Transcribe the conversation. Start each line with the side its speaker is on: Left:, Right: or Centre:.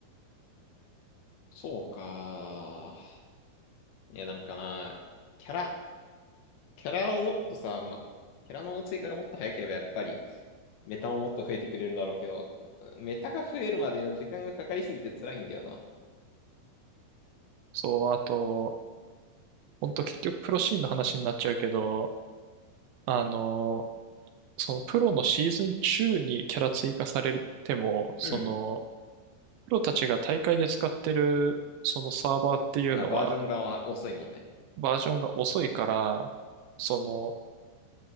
Left: そうか。いや、なんかな、キャラ、キャラをもっとさ、ま、キャラの追加がもっと早ければやっぱり、メタももっと増えてくれるだろうけど、メタが増えるまでの時間がかかりすぎて辛いんだよな。
Right: そう、あと、ほんと結局プロシーンの話になっちゃうけど、あの、そのプロのシーズン中にキャラ追加されても、その、
Left: うん。
Right: プロたちが大会で使ってるそのサーバーっていうのは
Left: まあ、バージョン側は遅いもんね。
Right: バージョンが遅いから、その、